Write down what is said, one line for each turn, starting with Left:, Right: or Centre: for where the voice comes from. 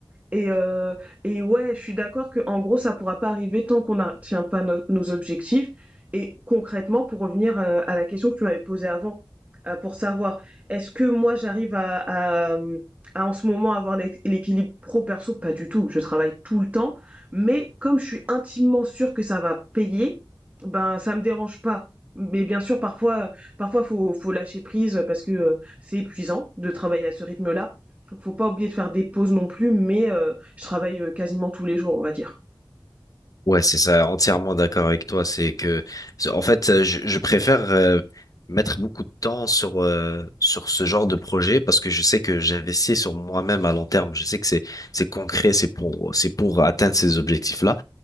Right: Et, euh, et ouais, je suis d'accord que en gros, ça pourra pas arriver tant qu'on n'atteint pas no- nos objectifs. Et concrètement, pour revenir euh, à la question que tu m'avais posée avant, euh, pour savoir est-ce que moi j'arrive à, à, euh, à en ce moment avoir l'équ- l'équilibre pro-perso? Pas du tout. Je travaille tout le temps, mais comme je suis intimement sûre que ça va payer, ben ça me dérange pas. Mais bien sûr, parfois, parfois faut faut lâcher prise parce que euh, c'est épuisant de travailler à ce rythme-là. Donc faut pas oublier de faire des pauses non plus, mais euh, je travaille euh, quasiment tous les jours, on va dire.
Left: Ouais, c'est ça, entièrement d'accord avec toi. C'est que, c'est- en fait, euh, je, je préfère euh, mettre beaucoup de temps sur euh, sur ce genre de projet parce que je sais que j'investis sur moi-même à long terme. Je sais que c'est c'est concret, c'est pour c'est pour atteindre ces objectifs-là